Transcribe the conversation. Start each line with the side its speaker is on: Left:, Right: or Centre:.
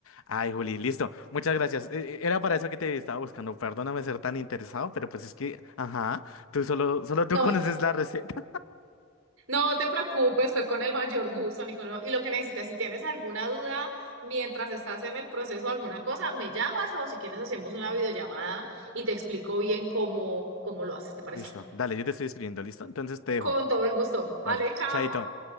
Left: Ay, Juli, listo. Muchas gracias. Eh, eh, Era para eso que te estaba buscando. Perdóname ser tan interesado, pero pues es que, ajá, tú solo, solo tú
Right: No
Left: <laughs> conoces
Right: te,
Left: la receta.
Right: no te preocupes, fue con el mayor gusto,
Left: <laughs>
Right: Nicolás. Y lo que necesites, si tienes alguna duda mientras estás en el proceso o alguna cosa, me llamas o si quieres hacemos una videollamada y te explico bien cómo, cómo lo haces, ¿te parece?
Left: Listo. Dale, yo te estoy escribiendo, ¿listo? Entonces te dejo.
Right: Con todo el gusto. Vale,
Left: Vale.
Right: chao.
Left: Chaito.